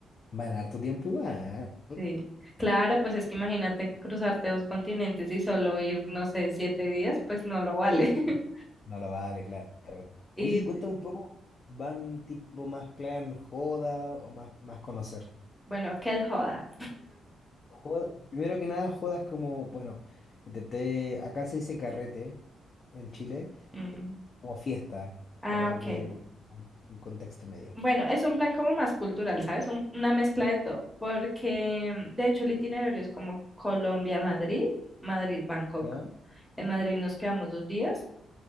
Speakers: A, on the left; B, in the centre.
A: van harto tiempo igual.
B: Sí. Claro, pues es que imagínate cruzarte dos continentes y solo ir, no sé, siete días, pues no lo vale. <laughs>
A: No lo vale, claro.
B: Y
A: Oye, cuéntame un poco, ¿van tipo más plan joda o más, más conocer?
B: bueno, qué joda.
A: Joda- primero que nada, jodas como, bueno, intenté, acá se dice carrete en Chile,
B: Mm.
A: como fiesta,
B: Ah,
A: para
B: ok.
A: que un un contexto medio.
B: Bueno, es un plan como más cultural, ¿sabes? Un- una mezcla de todo, porque mm, de hecho el itinerario es como Colombia-Madrid, Madrid-Bangkok.
A: ¿Ya?
B: En Madrid nos quedamos dos días